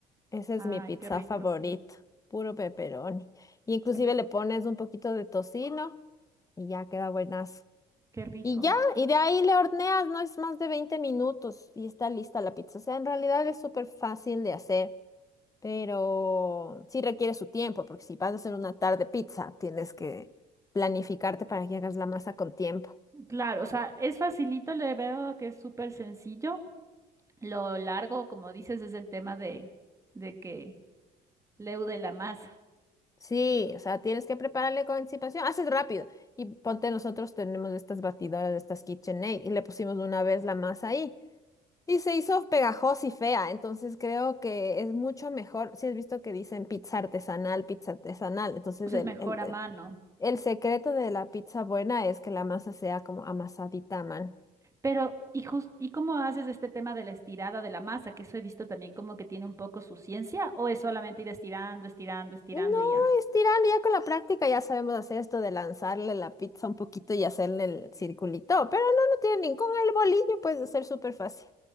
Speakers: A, on the left; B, on the right.
A: Esa es
B: Ay,
A: mi pizza
B: qué rico,
A: favorita,
B: sí.
A: puro pepperoni. Y inclusive
B: Qué rico.
A: le pones un poquito de tocino y ya queda buenazo.
B: Qué rico.
A: Y ya, y de ahí le horneas, no es más de 20 minutos y está lista la pizza. O sea, en realidad es súper fácil de hacer, pero sí requiere su tiempo, porque si vas a hacer una tarde pizza, tienes que planificarte para que hagas la masa con tiempo.
B: Claro, o sea, es facilito, le veo que es súper sencillo. Lo largo, como dices, es el tema de, de que leude la masa.
A: Sí, o sea, tienes que prepararle con anticipación. Haces rápido. Y ponte, nosotros tenemos estas batidoras, estas KitchenAid, y le pusimos una vez la masa ahí. Y se hizo pegajosa y fea. Entonces creo que es mucho mejor. Si has visto que dicen pizza artesanal, pizza artesanal. Entonces
B: O sea,
A: el,
B: es mejor
A: el,
B: a mano.
A: el secreto de la pizza buena es que la masa sea como amasadita, man.
B: Pero, ¿y jus- y cómo haces este tema de la estirada de la masa? Que eso he visto también como que tiene un poco su ciencia, o es solamente ir estirando, estirando, estirando
A: No,
B: y ya.
A: estirarlo ya con la práctica, ya sabemos hacer esto de lanzarle la pizza un poquito y hacerle el circulito, pero no, no tiene ningún, el bolillo puede ser súper fácil,